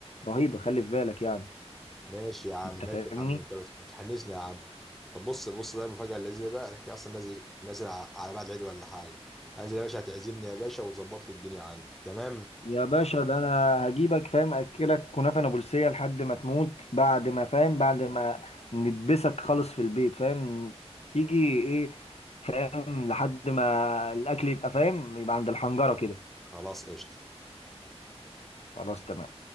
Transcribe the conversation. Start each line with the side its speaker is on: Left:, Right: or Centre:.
Left: رهيبه خلي في بالك يعني
Centre: ماشي يا عم
Left: انت
Centre: ماشي
Left: فاهمني
Centre: يا عم انت بت- بتحنسني يا عم طب بص بص بقى المفاجاه اللي زي بقى انا كده اصلا نازل نازل ع- على بعد العيد ولا حاجه انزل يا باشا هتعزمني يا باشا وتظبط لي الدنيا عندك تمام
Left: يا باشا ده انا هجيبك فاهم اكلك كنافه نابلسيه لحد ما تموت بعد ما فاهم بعد ما ندبسك خالص في البيت فاهم تيجي ايه فاهم لحد ما الاكل يبقى فاهم يبقى عند الحنجره كده
Centre: خلاص قشطه
Left: خلاص تمام